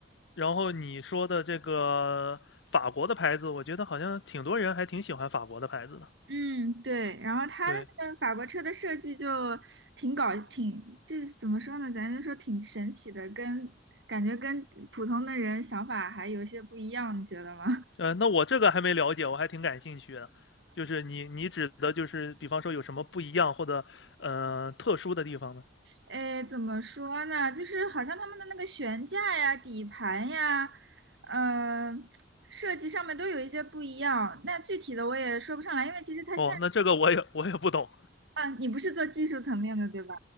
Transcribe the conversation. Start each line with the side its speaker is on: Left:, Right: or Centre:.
Left: 然后你说的这个法国的牌子，我觉得好像挺多人还挺喜欢法国的牌子的。
Right: 嗯对，然后他的那个法国车的设计就挺搞，
Left: 对，
Right: 挺就是怎么说呢，咱就说挺神奇的，跟感觉跟普通的人想法还有些不一样，你觉得吗？
Left: 呃，那我这个还没了解，我还挺感兴趣的。就是你你指的就是，比方说有什么不一样或者呃特殊的地方呢？
Right: 哎，怎么说呢？就是好像他们的那个悬架呀、底盘呀，嗯，设计上面都有一些不一样。那具体的我也说不上来，因为其实它现
Left: 哦，那这个我也我也不懂。
Right: 在啊，你不是做技术层面的，对吧？